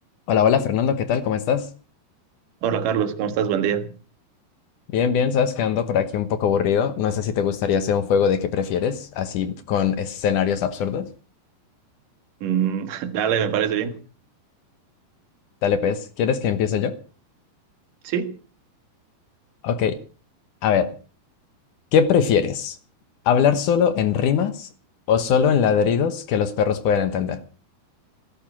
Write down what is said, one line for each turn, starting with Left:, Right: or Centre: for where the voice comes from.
Left: Hola, hola Fernando, ¿qué tal? ¿Cómo estás?
Right: Hola Carlos, ¿cómo estás? Buen día.
Left: Bien, bien, sabes que ando por aquí un poco aburrido. No sé si te gustaría hacer un juego de qué prefieres, así con escenarios absurdos.
Right: Mm, <laughs> dale, me parece bien.
Left: Dale, pues, ¿quieres que empiece yo?
Right: Sí,
Left: Ok, a ver, ¿qué prefieres? ¿Hablar solo en rimas o solo en ladridos que los perros pueden entender?